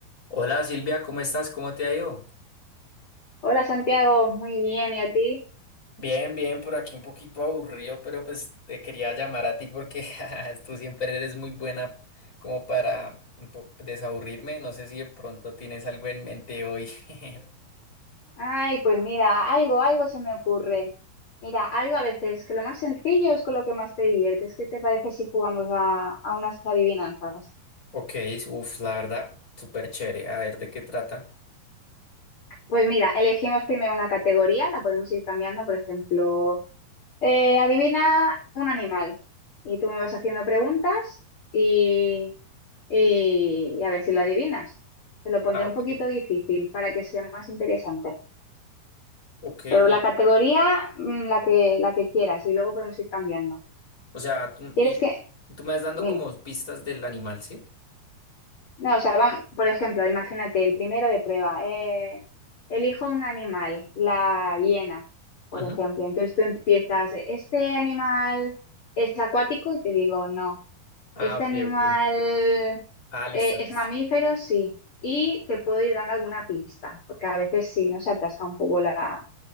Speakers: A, on the left (about 20°); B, on the left (about 35°).
A: Hola Silvia, ¿cómo estás? ¿Cómo te ha ido?
B: Hola Santiago, muy bien, ¿y a ti?
A: Bien, bien, por aquí un poquito aburrido, pero pues te quería llamar a ti porque <laughs> ja, tú siempre eres muy buena como para un po- desaburrirme. No sé si de pronto tienes algo en mente hoy. <laughs>
B: Ay, pues mira, algo, algo se me ocurre. Mira, algo a veces, que lo más sencillo es con lo que más te diviertes. ¿Qué te parece si jugamos a, a unas adivinanzas?
A: Ok, uff, la verdad, súper chévere. A ver, ¿de qué trata?
B: Pues mira, elegimos primero una categoría, la podemos ir cambiando, por ejemplo, eh, adivina un animal. Y tú me vas haciendo preguntas y, y, y a ver si lo adivinas. Te lo pondré
A: Ah,
B: un
A: ok.
B: poquito difícil para que sea más interesante.
A: Ok, li-
B: Pero la categoría, mm, la que, la que quieras, y luego podemos ir cambiando.
A: o sea, tú,
B: ¿Quieres
A: y,
B: que...?
A: tú me vas dando
B: Dime.
A: como pistas del animal, ¿sí?
B: No, o sea, van, por ejemplo, imagínate, el primero de prueba. eh, elijo un animal, la hiena, por
A: Ujú.
B: ejemplo. Entonces tú empiezas, ¿este animal es acuático? Y te digo, no.
A: Ah,
B: ¿Este
A: ok,
B: animal
A: ok.
B: eh,
A: Ah, listo,
B: es
A: listo.
B: mamífero? Sí. Y te puedo ir dando alguna pista, porque a veces sí, ¿no? Se atasca un poco la,